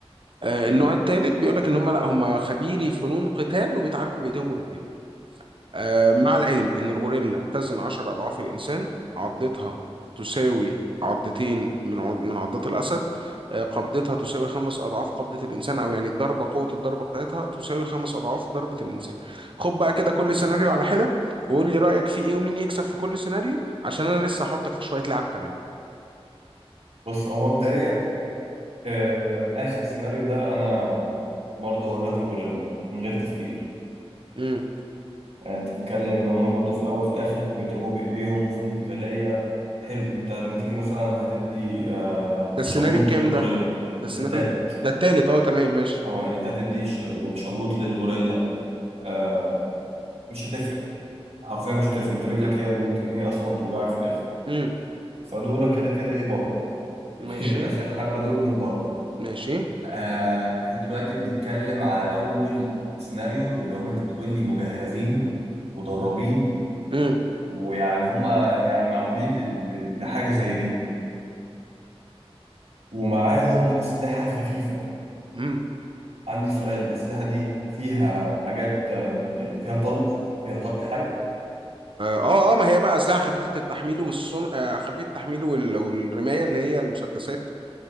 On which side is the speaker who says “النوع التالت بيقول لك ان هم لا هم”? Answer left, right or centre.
Right